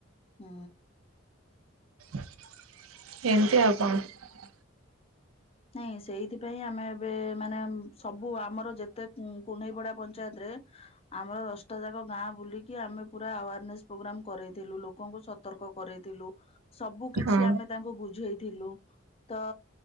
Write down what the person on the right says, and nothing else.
<inaudible> ଏମିତି ଆଉ କଣ
ହଁ